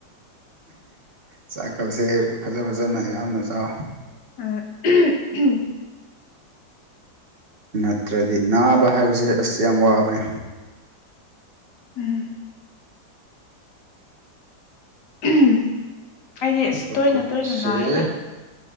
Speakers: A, on the right; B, on the left.
A: ꯆꯥꯛꯀꯞꯁꯦ ꯐꯖ ꯐꯖꯟꯅ ꯌꯥꯝꯅ ꯆꯥꯎ
B: ꯑ <unintelligible>
A: ꯅꯠꯇ꯭ꯔꯗꯤ ꯅꯥꯕ ꯍꯥꯏꯕꯁꯦ ꯑꯁ ꯌꯥꯝ ꯋꯥꯕꯅꯦ
B: ꯎꯝ ꯎꯝ ꯑꯩꯗꯤ
A: ꯅꯥꯕ
B: ꯑꯁ ꯇꯣꯏꯅ
A: ꯈꯣꯠꯄꯁꯦ
B: ꯇꯣꯏꯅ ꯅꯥꯏꯗ